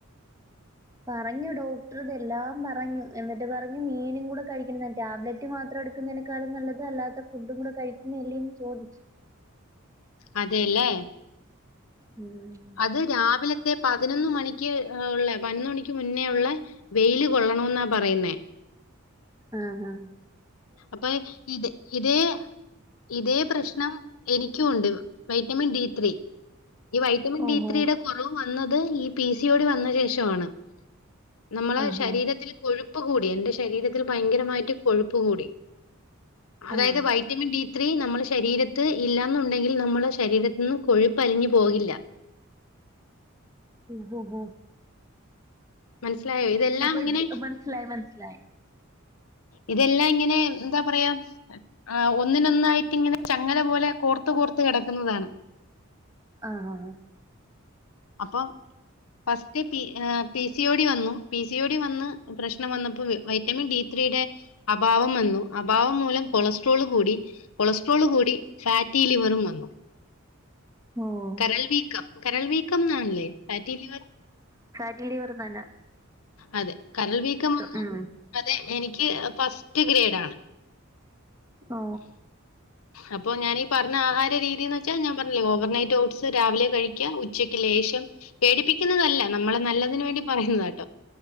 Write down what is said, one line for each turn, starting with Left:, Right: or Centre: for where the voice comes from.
Right: പറഞ്ഞു ഡോക്ടർ ഇതെല്ലാം പറഞ്ഞു എന്നിട്ട് പറഞ്ഞു മീനും കൂടെ കഴിക്കണ ടാബ്ലറ്റ് മാത്രം എടുക്കുന്നതിനേക്കാളും നല്ലത് അല്ലാത്ത ഫുഡും കൂടെ കഴിക്കുന്ന എല്ലും ചോദിച്ചു
Left: അതെല്ലേ
Right: ഉം
Left: അത് രാവിലത്തെ പതിനൊന്ന് മണിക്ക് ഉള്ള പതിനൊന്ന് മണിക്ക് മുന്നേു ഒള്ള വെയില് കൊള്ളണോന്നാ പറയുന്നേ
Right: ആ ആ
Left: അപ്പൊ ഇത് ഇതേ ഇതേ പ്രശ്നം എനിക്കു ഉണ്ട് വൈറ്റമിൻ ഡി ത്രീ ഈ വൈറ്റമിൻ
Right: ഓഹോ
Left: ഡി ത്രീയുടെ കുറവ് വന്നത് ഈ പി സി ഓ ടി വന്ന ശേഷമാണ് നമ്മളെ
Right: ആഹാ
Left: ശരീരത്തിൽ കൊഴു കൊഴുപ്പ് കൂടി എന്റെ ശരീരത്തിൽ ഭയങ്കരമായിട്ട് കൊഴു പുകൂടി അതായത്
Right: ആഹ്
Left: വൈറ്റമിൻ ഡി ത്രീ നമ്മുടെ ശരീരത്ത് ഇല്ലാന്നുണ്ടെങ്കിൽ നമ്മളുടെ ശരീരത്തി ഒന്നും കൊഴുപ്പ് അലിഞ്ഞു പോകില്ല
Right: ഉ ഹ ഹ
Left: മനസ്സിലായോ? ഇതെല്ലാം
Right: അപ്പ
Left: ഇങ്ങനെ
Right: ഇപ്പ മനസ്സിലായി മനസ്സിലായി
Left: ഇതെല്ലാം ഇങ്ങനെ എന്താ പറയാ ആ ഒന്നിന് ഒന്നായി ട്ട് ഇങ്ങനെ ചങ്ങല പോലെ കോർത്ത് കോർത്ത് കിടക്കുന്നതാണ്
Right: ആ ആ
Left: അപ്പം first P P C O D വന്നു പി സി ഒ ടി വന്ന് പ്രശ് പ്രശ്നം വന്നപ്പോ വൈറ്റമിൻ ഡി ത്രീയുടെ അഭാവം വന്നു അഭാവം മൂലം കൊളസ്ട്രോള് കൂടി കൊളസ്ട്രോള് കൂടി ഫാറ്റി ലിവറും വന്നു
Right: ഓഹ്
Left: കരൾ വീക്കം കരൾ വീക്കം എന്നാണല്ലേ ഫാറ്റി ലിവർ
Right: റ്റി ലിവർതന്നെ
Left: അതെ കരൾ വീക്കം വന്ന്
Right: ഉം
Left: അതെ എനിക്ക് ഫസ്റ്റ് ഗ്രേഡ് ആണ്
Right: ഓ
Left: അപ്പൊ ഞാനീ പറഞ്ഞ ആഹാരം രീതീയന്ന് വച്ചാ ഞാ പറഞ്ഞില്ലെ ഓവർനൈറ്റ് ഓട്ട്സ് രാവിലെ കഴിക്കുക ഉച്ചയ്ക്ക് ലേശം പേടിപ്പിക്കുന്നതല്ല നമ്മള നല്ലതിന് വേണ്ടി പറയുന്നതാണ്